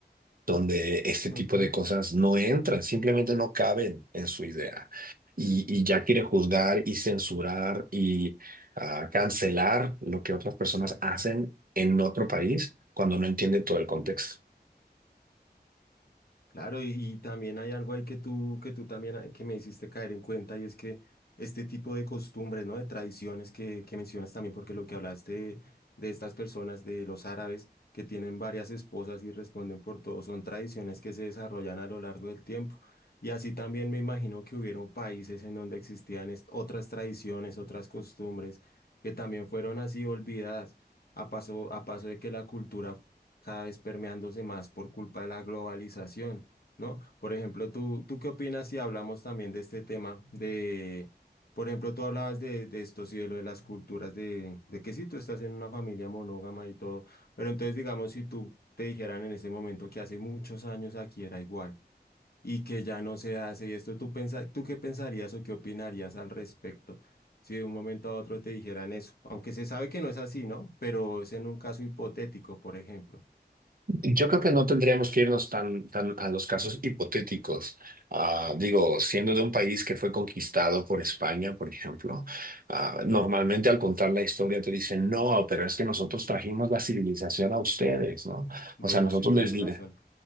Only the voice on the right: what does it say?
donde este tipo
de cosas no entran, simplemente no caben en su idea. Y, y ya quiere juzgar y censurar y ah, cancelar lo que otras personas
hacen en otro país cuando no entiende todo el contexto.
Yo creo que no tendríamos que irnos tan, tan a los casos hipotéticos. Ah, digo, siendo de un país que fue conquistado por España, por ejemplo, ah, normalmente al contar la historia te dicen, no, pero es que nosotros trajimos la civilización a ustedes, ¿no?
O sea, nosotros
les, di-